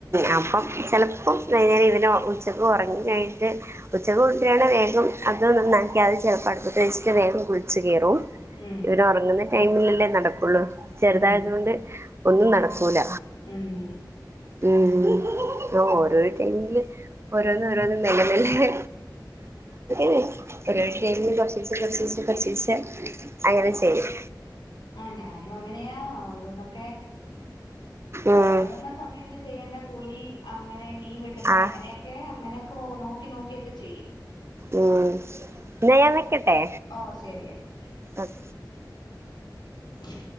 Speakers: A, on the right (about 35°); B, on the left (about 75°).
A: അപ്പം ചിലപ്പം വരം ഇവന് ഉച്ചക്ക് ഉറങ്ങിനായിട്ട് ഉച്ചക കൂട്ടാണ് വേഗം അതന്നന്ന രാവിലെ ചെലപ്പോ അടുപത്തേക്ക് വേഗം കുളിച്ച് കയറും,
B: ഉം
A: ഇവർ ഉറങ്ങുന്ന ടൈമിലല്ലേ നടക്കുള്ളൂ ചെറുതായതുകൊണ്ട്
B: ഉം
A: ഒന്നും നടക്കൂല
B: ഉം
A: ഉം, പൊ ഓരോരോ ടൈമില് ഓരോന്നും ഓരോന്നും മെല്ലേ മെല്ലെ <unintelligible> ചെലെ ടൈമിൽ കൊറച്ചീച്ചേ കൊറച്ചീച്ചെ, കൊറച്ചിച്ചേ അങ്ങനെ ചെയ്യും
B: ആഹ് ഞാനും അങ്ങനെയാ <unintelligible> ന്നൊക്കെ
A: ഉം
B: ഉറങ്ങുന്ന സമയത്ത് ചെയ്യേണ്ട കുളി അങ്ങനെ മീൻ വെടുടുന്നത്
A: ആഹ്
B: അങ്ങനെയൊക്കെ അങ്ങനെയൊക്കെ നോക്കി നോക്കിയൊക്കെ ചെയ്യും.
A: ഉം ന്ന ഞാൻ വെക്കട്ടെ
B: ഓഹ് ശെരി ആയിക്കോട്ടെ
A: ഓക്കെ
B: ആ